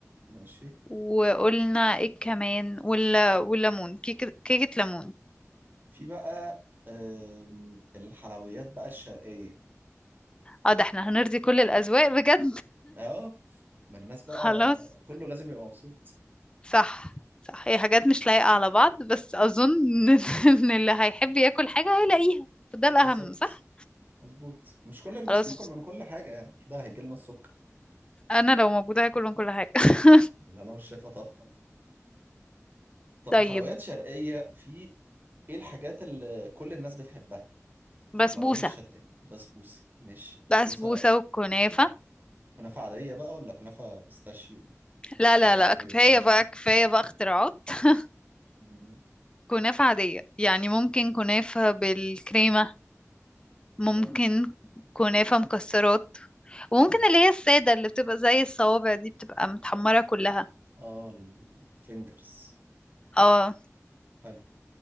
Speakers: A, on the right (about 40°); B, on the left (about 20°).
A: ماشي
B: وقلنا ايه كمان ولا والليمون كيكة كيكة ليمون
A: في بقى آم، الحلويات بقى الشرقية
B: اه ده احنا هنرضي كل الأذواق بجد
A: اه ما الناس بقى
B: <laughs> خلاص
A: كله لازم يبقى مبسوط
B: صح صح هي حاجات مش لايقة على بعض بس أظن إن <laughs> إن اللي هيحب ياكل حاجة هيلاقيها فده الأهم
A: بالظبط
B: صح
A: مظبوط مش كل الناس
B: خلاص
A: هتاكل من كل حاجة يعني كده هيجي لنا السكر
B: أنا لو موجودة هاكل من كل حاجة <laughs>
A: بالله أنا والشفا طبعا <laughs> طب
B: طيب
A: حلويات شرقية في إيه الحاجات اللي كل الناس بتحبها في
B: بسبوسة
A: الحلويات الشرقية بسبوسة ماشي بسبوسة
B: بسبوسة وكنافة
A: كنافة عادية بقى ولا كنافة بيستاشيو
B: لا
A: مش
B: لا
A: عارف
B: لا كفاية
A: إيه والكلام
B: بقى
A: ده
B: كفاية بقى اختراعات <laughs>
A: مم،
B: كنافة عادية يعني ممكن كنافة بالكريمة ممكن
A: ممكن
B: كنافة مكسرات وممكن
A: ماشي
B: اللي هي السادة اللي بتبقى زي الصوابع دي بتبقى متحمرة كلها
A: آه الفينجرز
B: اه
A: حلو